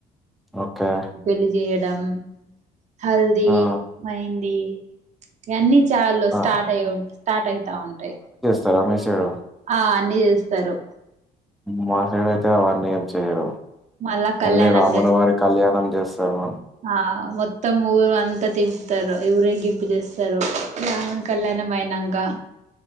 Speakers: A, in the centre; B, on the right.
A: ఓకే
B: పెళ్ళి చేయడం. హల్ది
A: ఆ
B: మెహందీ. ఇక అన్ని చ్ చాళ్లు
A: ఆ.
B: స్టార్ట్ అయి ఉంట్ స్టార్ట్ అయితా ఉంటాయి.
A: స్తారా మీ సైడ్
B: ఆ అన్నిీ చేస్తారు
A: మా సైడ్ అయితే అవన్నీ ఏం చెయరు
B: మళ్ళా కళ్యాణం
A: ఓన్లీ రాముల
B: చేస్తారు
A: వారి కళ్యాణం చేస్ స్తరు మా
B: ఆ మొత్తం ఊరు అంతా తింపుతారు ఊరే గింపు చేేస్తారు రాముని కళ్యాణం అయినాక